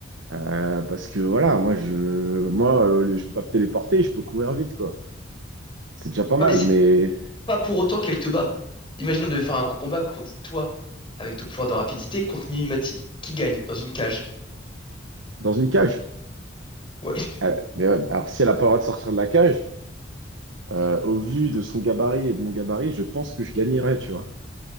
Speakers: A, on the right (about 85°); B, on the left (about 25°).
A: Euh, parce que voilà, moi je, moi, euh, je peux pas me téléporter, je peux courir vite quoi. C'est déjà pas mal,
B: Ouais, mais c'est
A: mais
B: pas pour autant qu'elle te bat. Imagine on devait faire un combat contre toi, avec ton pouvoir de rapidité, contre Mimimati, qui gagne dans une cage.
A: dans une cage.
B: Ouais,
A: Euh, mais ouais, alors si elle a pas le droit de sortir de la cage, euh, au vu de son gabarit et de mon gabarit, je pense que je gagnerais, tu vois.